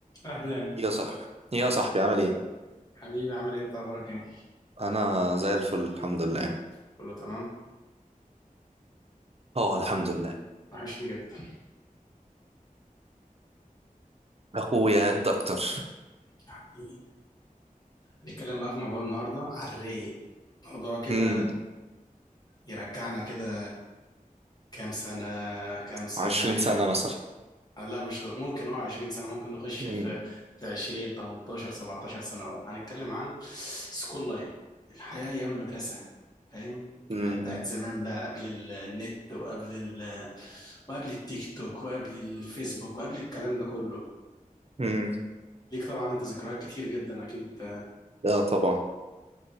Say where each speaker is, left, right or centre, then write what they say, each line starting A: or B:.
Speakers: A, on the left; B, on the right.
A: اهلا
B: يا صاحبي يا صاحبي عامل ايه
A: حبيبي عامل ايه انت اخبارك ايه
B: انا زي الفل الحمد لله
A: كله تمام
B: اه الحمد لله
A: وحشني جدا
B: اخويا انت اكتر
A: حبيبي هنتكلم بقى في موضوع النهارده على الرايق موضوع كده
B: امم
A: يرجعنا كده كام سنة كام سنة
B: 20
A: يرجع
B: سنة مثلا
A: لا مش ل- ممكن اه 20 سنة ممكن نخش
B: امم
A: في في 20 18 17 سنة ورا. هنتكلم عن سكول لايف الحياة أيام المدرسة فاهم
B: امم
A: الحياة بتاعت زمان بقى قبل ال- النت وقبل ال... وقبل التيك توك وقبل الفيسبوك وقبل الكلام ده كله
B: امم
A: ليك طبعا انت ذكريات كتير جدا اكيد
B: اه طبعا